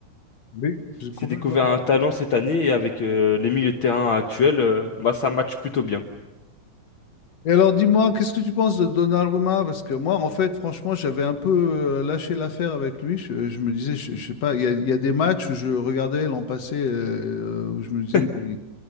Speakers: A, on the left (about 55°); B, on the left (about 80°).
A: Oui, j'ai complètement
B: Il s'est découvert
A: d'accord.
B: un talent cette année et avec euh, les milieux de terrain actuels, euh, bah, ça match plutôt bien.
A: Et alors, dis-moi, qu'est-ce que tu penses de Donnarumma? Parce que moi, en fait, franchement, j'avais un peu euh, lâché l'affaire avec lui. Je, je me disais, je, je sais pas, il y a, il y a des matchs où je regardais l'an passé, euh, où je me disais,
B: <laughs>
A: mais